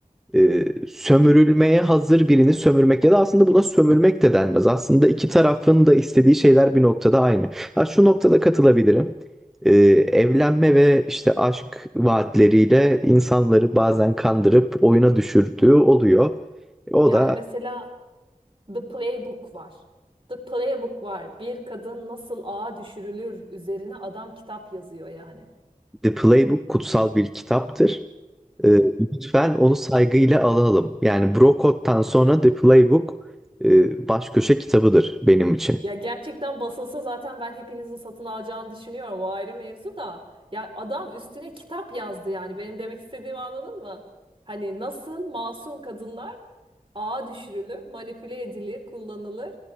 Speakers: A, in the centre; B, on the right.
A: e, sömürülmeye hazır birini sömürmek ya da aslında buna sömürmek de denmez. Aslında iki tarafın da istediği şeyler bir noktada aynı. Ha, şu noktada katılabilirim. E, evlenme ve işte aşk vaatleriyle insanları bazen kandırıp oyuna düşürdüğü oluyor. O
B: Yani
A: da
B: mesela The Playbook var. The Playbook var. Bir kadın nasıl ağa düşürülür üzerine adam kitap yazıyor yani.
A: The Playbook kutsal bir kitaptır. Ee, lütfen onu saygıyla alalım. Yani Brocott'tan sonra The Playbook e, baş köşe kitabıdır benim için.
B: Ya gerçekten basılsa zaten ben hepinizin satın alacağını düşünüyorum. O ayrı mevzu da. Ya adam üstüne kitap yazdı yani. Benim demek istediğimi anladın mı? Hani nasıl masum kadınlar ağa düşürülür, manipüle edilir, kullanılır.